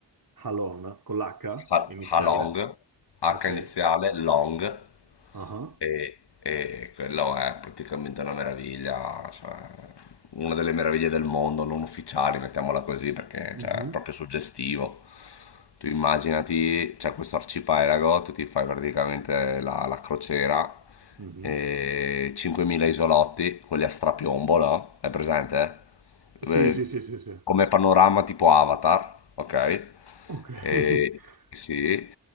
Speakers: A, on the right; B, on the left.
A: Halon, con l'H
B: Ha-
A: iniziale.
B: Halong, H
A: Ok.
B: iniziale, Long,
A: Ah.
B: e, e quello è praticamente una meraviglia, cioè una delle meraviglie del mondo, non ufficiali, mettiamola così, perché
A: Mhm.
B: cioè, è proprio suggestivo. Tu immaginati, c'è questo arcipelago, tu ti fai praticamente la, la crociera,
A: Mhm.
B: e 5.000 isolotti, quelli a strapiombo, no? È presente?
A: Sì,
B: Eh,
A: sì, sì, sì, sì.
B: come panorama tipo Avatar, ok?
A: Ok.
B: E,
A: <laughs>
B: sì,